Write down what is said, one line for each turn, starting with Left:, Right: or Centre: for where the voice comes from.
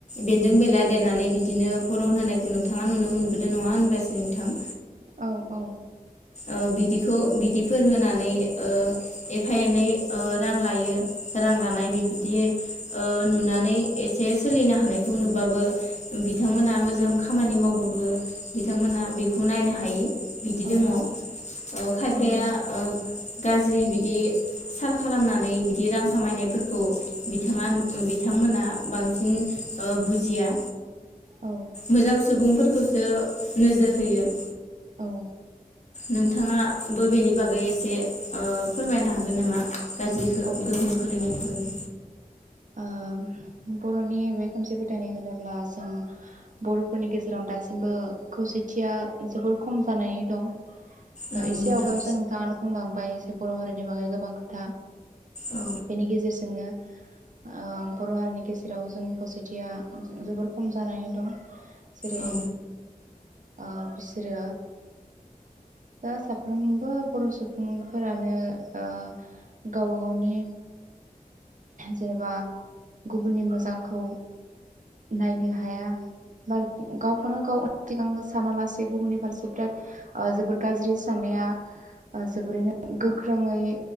Left: बेन्दों बेनला देनानै बिदिनो फरन होनायखौ नोंथाङा नुनो मोनबोदों नङा होनबासै नोंथां?
Right: औ औ।
Left: ओ बिदिखौ बिदिफोर होनानै ओ एफा एनै ओ रां लायो, रां लानाय बेफोरदि ओ नुनानै एसे सोलिनो हानायखौ नुबाबो बिथांमोना मोजां खामानि मावबाबो बिथांमोना बेखौ नायनो हायि बिदि
Right: औ
Left: दङ। ओ खायफाया
Right: नंगौ
Left: ओ गाज्रि बिदि साल खालामनानै बिदि रां खामायनायफोरखौ बिथाङा बिथांमोना बांसिन ओ बुजिया।
Right: औ
Left: मोजां सुबुंफोरखौसो नोजोर होयो।
Right: औ
Left: नोंथाङाबो बेनि बागै एसे फोरमायनो ओ हागोन नामा? गाज्रि खो
Right: औ
Left: गोहोम
Right: नंगौ
Left: खोलैनायनि
Right: नोंथां
Left: बागै।
Right: ओ बर'नि बे खोमसि फोथायनाय होनोब्ला जों बर'फोरनि गेजेराव दासिमबो खौसेथिया जोबोर खम जानानै दं।
Left: नंगौ
Right: एसे
Left: नोंथां
Right: आवगायावसो नोंथाङानो बुंलांबाय जे बर' हारिनि बागै गोबां खोथा
Left: औ
Right: बेनि गेजेरजोंनो ओ बर' हारिनि गेजेराव जोंनि खौसेथिया जोबोर खम जानानै दं जेरै-
Left: औ
Right: ओ बिसोरो दा साफ्रोमबो बर' सुबुंफोरानो ओ गावबा गावनि जेनेबा गुबुननि मोजांखौ नायनो हाया बा गावखौनो गाव सिगां सानालासे गुबुननि फारसे बिराद ओ जोबोर गाज्रि साननाया ओ जोबोरैनो गोख्रोङै